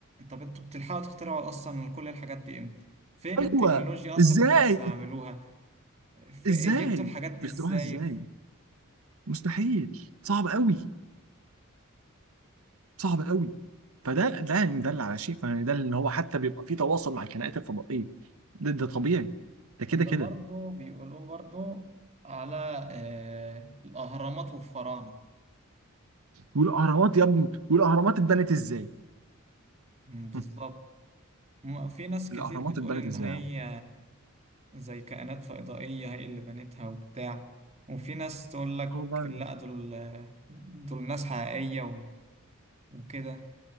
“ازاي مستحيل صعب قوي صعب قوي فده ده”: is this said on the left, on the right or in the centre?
Right